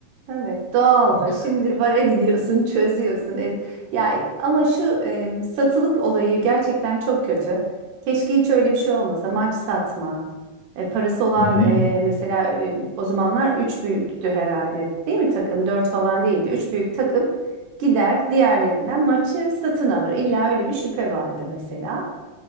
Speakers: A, on the right; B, on the left.
A: Evet, doğaldı.
B: artık.
A: Şimdi bara gidiyorsun, <laughs> çözüyorsun. E, ya ama şu em, satılık olayı gerçekten çok kötü. Keşke hiç öyle bir şey olmasa. Maç satma. E, parası olan
B: Hı hı.
A: e, mesela e, o zamanlar 3 büyüktü herhalde. Değil mi takım? 4 falan değildi. üç büyük takım gider diğerlerinden maçı satın alır. İlla öyle bir şüphe vardı mesela.